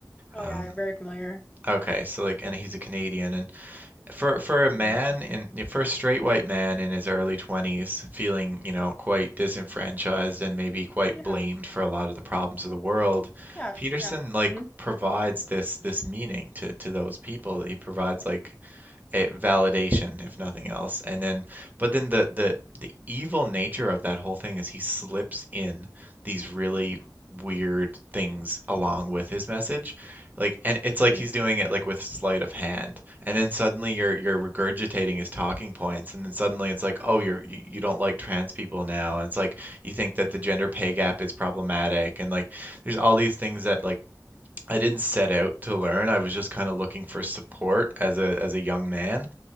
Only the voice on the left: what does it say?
Oh,
yeah. Very familiar.
hmm
Yeah.
Yeah. sh-
Yeah.
hmm
mm